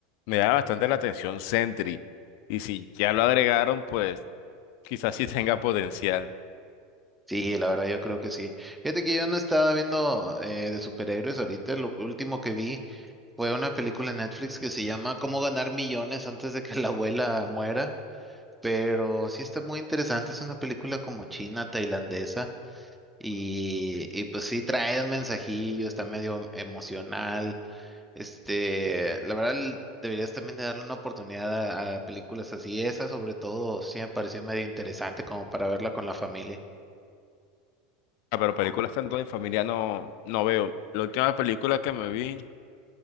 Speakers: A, on the left (about 55°); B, in the centre.
A: me da bastante la atención Sentry. Y si ya lo agregaron, pues quizás sí tenga potencial.
B: Sí, la verdad yo creo que sí. Fíjate que yo no estaba viendo eh, de superhéroes ahorita, lo último que vi fue una película en Netflix que se llama Cómo ganar millones antes de que la abuela muera. Pero sí está muy interesante, es una película como china, tailandesa, y, y pues sí trae un mensajillo, está medio emocional. Este, la verdad, l- deberías también de darle una oportunidad a, a películas así. Esa, sobre todo, sí me pareció medio interesante como para verla con la familia.
A: Ah, pero películas tanto en familia no, no veo. La última película que me vi